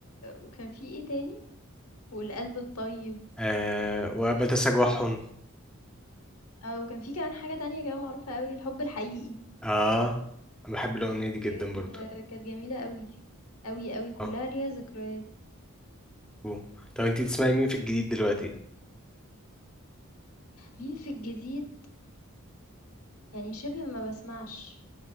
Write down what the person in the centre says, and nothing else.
آه وبتسامحهم
اه أنا بحب الأغنية دي
جدا برضو
اه
أوه. طب انتي بتسمعي مين في الجديد دلوقتي؟